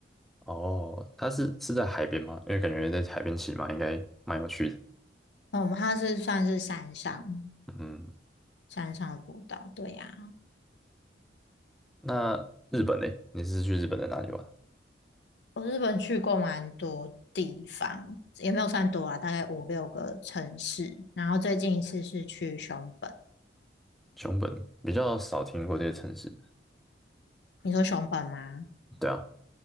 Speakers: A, in the centre; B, on the left.
A: 哦，它是是在海边吗？因为感觉在海边骑马应该蛮有趣的。
B: 哦我们它是算是山上
A: 嗯，
B: 山上的步道，对呀、
A: 那日本呢？你是去日本的哪里玩？
B: 我日本去过蛮多地方，也没有算多啊，大概五六个城市。然后最近一次是去熊本，
A: 熊本比较少听过这个城市。
B: 你说熊本吗？
A: 对啊，